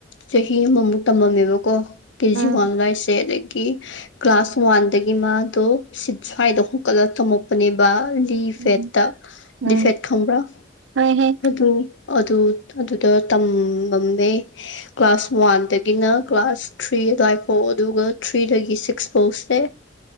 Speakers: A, on the left (about 80°); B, on the right (about 75°).
A: ꯆꯍꯤ ꯑꯃꯃꯨꯛ ꯇꯝꯃꯝꯃꯦꯕꯀꯣ ꯀꯦꯖꯤ
B: ꯎꯝ
A: ꯋꯥꯟ ꯂꯥꯏꯁ ꯑꯅꯗꯒꯤ ꯀ꯭ꯂꯥꯁ ꯋꯥꯟꯗꯒꯤ ꯃꯥꯗꯣ ꯁꯤ ꯁ꯭ꯋꯥꯏꯗ ꯍꯨꯀꯠꯂꯒ ꯇꯝꯃꯛꯄꯅꯦꯕ ꯗꯤꯐꯦꯠꯇ
B: ꯎꯝ ꯎꯝ
A: ꯗꯤꯐꯦꯠ ꯈꯪꯕ꯭ꯔꯥ
B: ꯍꯣꯏꯍꯦ
A: ꯑꯗꯨ ꯑꯗꯨ ꯑꯗꯨꯗ ꯇꯃꯝꯃꯦ ꯀ꯭ꯂꯥꯁ ꯋꯥꯟꯗꯒꯤꯅ ꯀ꯭ꯂꯥꯁ ꯊ꯭ꯔꯤ ꯑꯗꯨꯋꯥꯏ ꯐꯥꯎ ꯑꯗꯨꯒ ꯊ꯭ꯔꯤꯗꯒꯤ ꯁꯤꯛꯁ ꯐꯧꯁꯦ